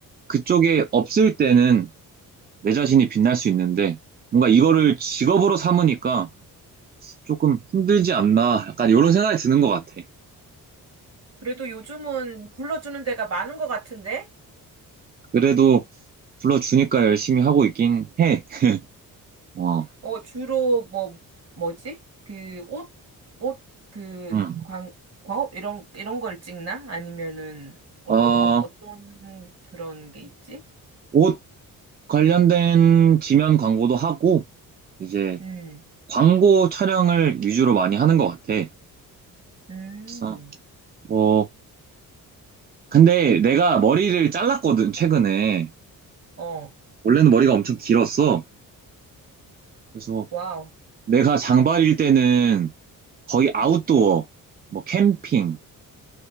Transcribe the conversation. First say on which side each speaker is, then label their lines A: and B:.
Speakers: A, on the right; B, on the right.
A: 그쪽에 없을 때는 내 자신이 빛날 수 있는데 뭔가 이거를 직업으로 삼으니까 조금 힘들지 않나 약간 이런 생각이 드는 것 같아.
B: 그래도 요즘은 불러주는 데가 많은 것 같은데?
A: 그래도 불러주니까 열심히 하고 있긴 해. 어,
B: 어, 주로 뭐, 뭐지? 그, 옷, 옷, 그,
A: 응.
B: 광, 광업? 이런, 이런 걸 찍나? 아니면은, 어떤
A: 어,
B: 거, 어떤 그런 게 있지?
A: 옷 관련된 지면 광고도 하고 이제
B: 음,
A: 광고 촬영을 위주로 많이 하는 것 같아.
B: 음,
A: 그래서 뭐 근데 내가 머리를 잘랐거든 최근에.
B: 어,
A: 원래는 머리가 엄청 길었어. 그래서
B: 와우.
A: 내가 장발일 때는 거의 아웃도어, 뭐 캠핑,